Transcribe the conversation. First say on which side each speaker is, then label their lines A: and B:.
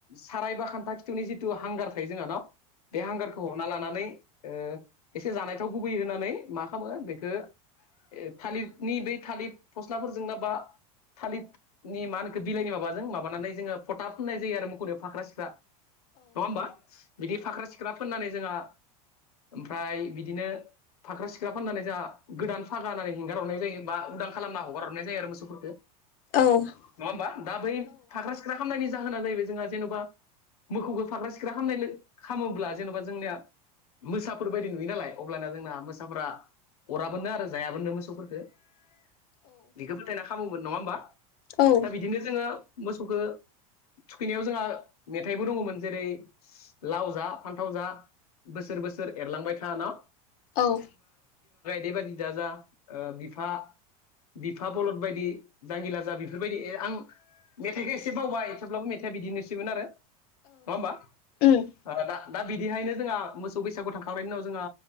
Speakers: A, on the left; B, on the left.
A: साराय बा खान्था खिथुनि जिथु हांगार थायो जोंहा न? बे हांगारखौ हरनना लानानै ओ एसे जानाय थाव गुबै होननानै मा खालामो बेखौ ओ थालिरनि बै थालिर फस्लाफोरजोंनो बा थालिथनि मा होनखो बिलाइनि माबाजों माबानानै जोङो फथा फुननाय जायो आरो मोखौनियाव फाख्रा सिख्रा नङा होमबा? बिदि फाख्रा सिख्रा फोननानै जोंहा ओमफ्राय बिदिनो फाख्रा-सिख्रा फाननानै जोंहा गोदान फागा होननानै हेंगारहरनाय जायो बा उदां खालामना हगारहरनाय जायो आरो मोसौफोरखौ।
B: औ
A: नङा होमबा दा बै फाख्रा-सिख्रा खालामामनायनि जाहोना जाहैबाय जोंहा जेन'बा मोसौखौ फाग्रा-सिख्रा खालामामनाय खालामोब्ला जेन'बा जोंनिया मोसाफोरबायायदि नुयो नालाय अब्लाना जोंना मोसाफ्रा अराबोनो आरो जायाबोनो मोसौफोरखौ बेखौ फोथायना खालामोमोन नङा होमबा
B: औ
A: दा बिदिनो जोङो मोसौखौ थुखैनायाव जोंहा मेथाइबो दङमोन जेरै लाव जा फान्थाव जा बोसोर बोसोर एरलांबाय था ना
B: औ
A: देबादि दाजा ओ बिफा बिफा बलद बायदि जांगिला जा बेफोरबायदि आं मेथाइखौ एसे बावबाय थेवब्लाबो मेथाइआ बिदिनोसैमोन आरो नङा होमबा
B: ओम
A: ओ दा बिदिहायनो जोंहा मोसौ बैसागु थांखांनायनिनाव जोंहा